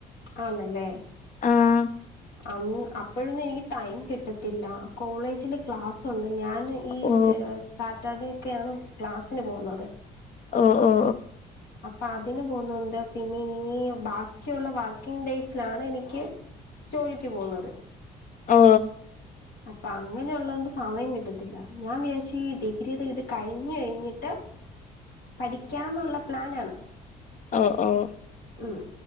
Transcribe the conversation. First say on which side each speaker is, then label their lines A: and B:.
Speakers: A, on the left (about 65°); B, on the left (about 45°).
A: ആഹ് നല്ലേ
B: ആഹ്
A: അന്ന് അപ്പഴൊന്നും എനിക്ക് ടൈം കിട്ടത്തില്ല കോളേജില് ക്ലാസ്സുണ്ട് ഞാൻ ഈ
B: ഓ
A: സാറ്റർഡേക്കെയാണ് ക്ലാസ്സിന് പോവുന്നത്
B: ഓ ഒ
A: അപ്പൊ അതിന് പോന്നുണ്ട് പിന്നെ ഈ ബാക്കിയുള്ള വർക്കിങ് ഡേയ്സിലാണ് എനിക്ക് ജോലിക്ക് പോവുന്നത്
B: ഓ
A: അപ്പൊ അങ്ങനെള്ളതോണ്ട് സമയം കിട്ടത്തില്ല ഞാൻ വിയാര്ശ് ഡിഗ്രിയെയ്ത് ഇത് കഴിഞ്ഞ് കഴിഞ്ഞ്ട്ട് പഠിക്ക്യാനുള്ള പ്ലനാണ്
B: ഒ ഓ
A: ഉം